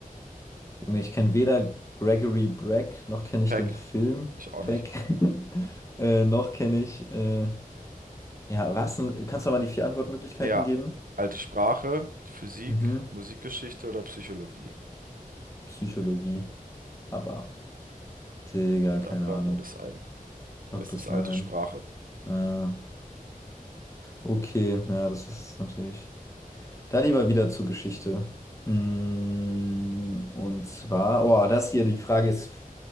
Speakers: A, on the left; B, on the right.
A: Junge, ich kenne weder Gregory Breck, noch kenne ich
B: Peck,
A: den Film
B: ich auch
A: Peck,
B: nicht.
A: <laughs> äh, noch kenne ich. Äh, ja, was? denn? Kannst du noch mal die vier Antwortmöglichkeiten
B: Ja,
A: geben?
B: alte Sprache, Physik,
A: Mhm.
B: Musikgeschichte oder Psychologie.
A: Psychologie. Aber, Digga,
B: Dann
A: keine
B: loggen
A: Ahnung.
B: wir das ein. Und
A: Lock
B: Das
A: das
B: ist
A: mal
B: alte Sprache.
A: ein. Ah, okay, ja, das ist natürlich. Da lieber wieder zur Geschichte. Mm, und zwar, oh, das hier, die Frage ist.